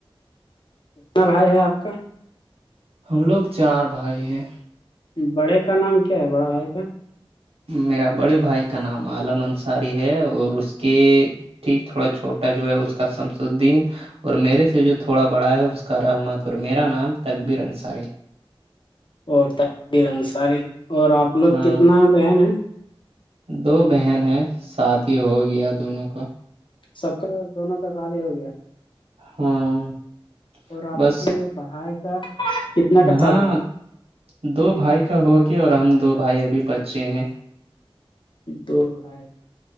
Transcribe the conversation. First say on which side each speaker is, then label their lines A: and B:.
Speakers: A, on the left (about 60°); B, on the right (about 90°).
A: کتنا بھائی ہے آپ کا
B: ہم لوگ چار بھائی ہیں
A: بڑے کا نام کیا ہے بڑا بھائی کا
B: میرا بڑے بھائی کا نام عالم انصاری ہے اور اس کے ٹھیک تھوڑا چھوٹا جو ہے اس کا شمس الدین اور میرے سے جو تھوڑا بڑا ہے اس کا رحمت اور میرا نام تقبر انصاری ہے
A: اور تقدیر انصاری اور آپ لوگ
B: ہاں
A: کتنا بہن ہیں
B: دو بہن ہیں شادی ہو گیا دونوں کا
A: سب کا دونوں کا ساد ہی ہو گیا
B: ہاں
A: اور آپ
B: بس
A: کے بھائی کا کتنا کا
B: ہاں
A: شادی ہو
B: دو بھائی کا ہوگیا اور ہم دو بھائی ابھی بچے ہیں
A: دو بھائی